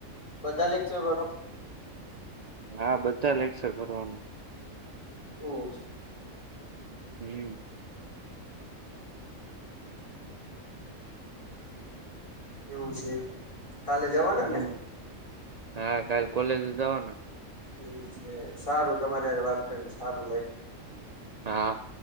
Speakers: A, on the left (about 25°); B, on the right (about 65°).
A: બધા લેક્ચર કરો?
B: હા, બધા લેક્ચર ભરવાનું.
A: ઓહ
B: હમ્મ
A: એવું છે. કાલે જવાના
B: હમ
A: ને?
B: હા, કાલ કોલેજ જઓના
A: હ, સારુ તમારે વાત કરીને સારુ લાગ્યુ
B: હા.